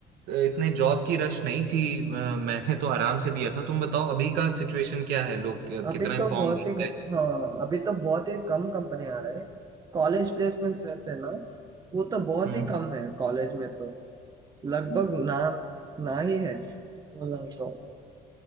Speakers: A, on the right; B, on the right.
A: अ, इतने जॉब की रश नहीं थी अ, मैंने तो आराम से दिया था तुम बताओ अभी का सिचुएशन क्या है लोग
B: अभी
A: कितने
B: तो
A: फॉर्म
B: बहुत
A: भरते
B: ही
A: हैं
B: हाँ अभी तो बहुत ही कम कंपनी आ रहे हैं कॉलेज प्लेसमेंट्स रहते हैं ना वो तो बहुत
A: हम्म
B: ही कम है कॉलेज में तो लगभग ना ना ही है बोला तो